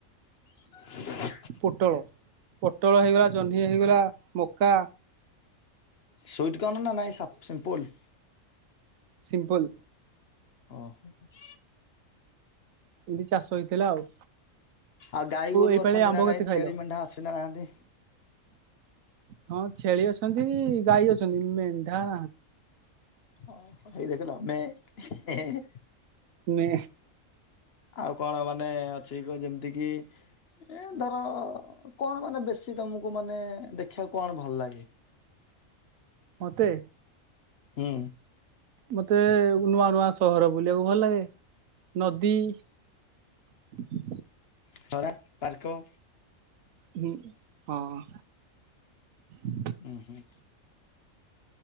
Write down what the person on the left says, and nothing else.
<inaudible>
ସୁଇଟ୍ କଣ ନାଁ ନାଇ ସାଫ୍ ସିମ୍ପୁଲୁ?
ଅ ହଁ। <unintelligible>
ଆଉ ଗାଈ ଗୋରୁ
ଅଛନ୍ତି
ନା
ନାଇଁ
ଛେଳି ମେଣ୍ଢା ଅଛି ନା ନାହାନ୍ତି।
ହଁ ଏଇ ଦେଖିଲ ମେ <unintelligible>
ଆଉ କଣ ମାନେ ଅଛି ଯେମିତି କି? ଏ ଧର କଣ ମାନେ ବେଶୀ ତମକୁ ମାନେ ଦେଖିବାକୁ କଣ ଭଲ ଲାଗେ?
ହୁଁ।
ଖରା ପାର୍କ
ହଁ ହୁଁ